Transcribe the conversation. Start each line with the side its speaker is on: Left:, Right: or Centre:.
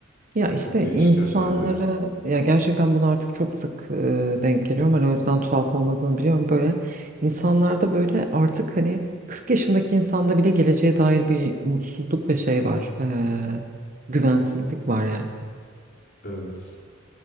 Right: Ya
Left: Çünkü
Right: işte
Left: çok değişken
Right: insanları
Left: yani hayat.
Right: ya gerçekten bunu artık çok sık e, denk geliyorum. Hani o yüzden tuhaf olmadığını biliyorum. Böyle insanlarda böyle artık hani 40 yaşındaki insanda bile geleceğe dair bir mutsuzluk ve şey var. e, güvensizlik var yani.
Left: Evet,